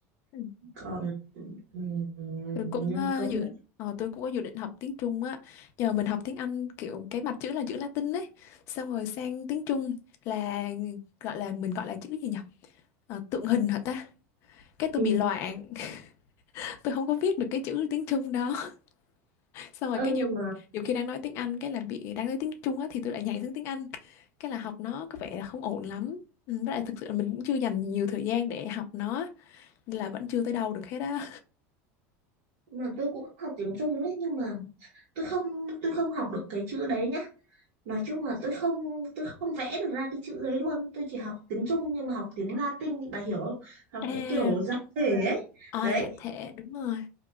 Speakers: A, on the left (about 35°); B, on the right (about 65°).
A: <laughs>
B: còn ừ,
A: tôi cũng
B: nhưng
A: ờ,
B: công
A: dự
B: việc
A: ờ, tôi cũng có dự định học tiếng Trung á nhờ mình học tiếng Anh kiểu cái mặt chữ là chữ Latin ấy xong rồi sang tiếng Trung là gọi là mình gọi là chữ gì nhỉ Ờ, tượng hình hả ta cái tôi
B: ừ.
A: bị loạn <laughs> tôi không có viết được cái chữ tiếng Trung đó <laughs> xong rồi
B: ơ
A: cái
B: nhưng
A: nhiều
B: mà
A: nhiều khi đang nói tiếng Anh cái là bị đang nói tiếng Trung á thì tôi lại nhảy sang tiếng Anh cái là học nó có vẻ là không ổn lắm Ừ, với lại thực sự là mình cũng chưa dành nhiều thời gian để học nó nên là vẫn chưa tới đâu được hết á
B: mà tôi cũng học tiếng Trung đấy nhưng mà tôi không tôi không học được cái chữ đấy nhá nói chung là tôi không tôi không vẽ được ra cái chữ đấy luôn tôi chỉ học tiếng Trung nhưng mà học tiếng Latin bà hiểu không học
A: à,
B: cái kiểu giải thể ấy
A: à
B: đấy
A: dạ thế đúng rồi